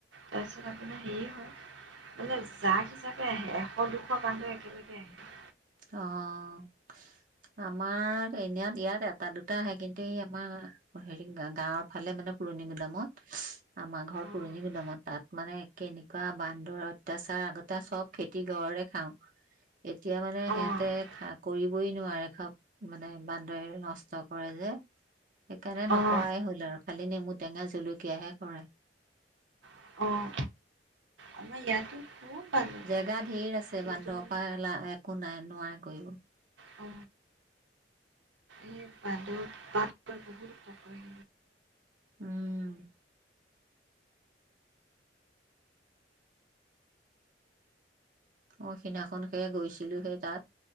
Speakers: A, on the right; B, on the right.
A: তাৰপিছত আপোনাৰ হেৰিয়ে হয় মানে জাক হিচাপে আহে এশ দুশ বান্দৰ একেলগে আহে।
B: অ' আমাৰ এনাত ইয়াত এটা দুটা আহে কিন্তু এই আমাৰ হেৰি গাঁৱৰ ফালে মানে পুৰণি গোদামত। আমাৰ ঘৰ পুৰণি
A: অঁ
B: গুদামত তাত মানে কেনেকুৱা বান্দৰ অত্যাচাৰ আগতে চব খেতি ঘৰে খাও এতিয়া মানে সিহঁতে
A: অঁ
B: খা কৰিবই নোৱাৰে খব মানে বান্দৰে নষ্ট কৰে যে। সেইকাৰণে নকৰাই
A: অঁ
B: হ'ল আৰু ফালি নে মোৰ টেঙা জলকীয়াহে কৰে।
A: অঁ অঁ আমাৰ ইয়াতো খুব বান্দৰ
B: জেগা ধেৰ আছে
A: কিন্তু
B: বান্দৰ
A: মানে
B: পৰাালা একো নাই। মাই কৰিব
A: অ এই বান্দৰ উত্পাদ বহুত উত্ডপাত
B: উম অ সিদিনাখন সে গৈছিলো সেই তাত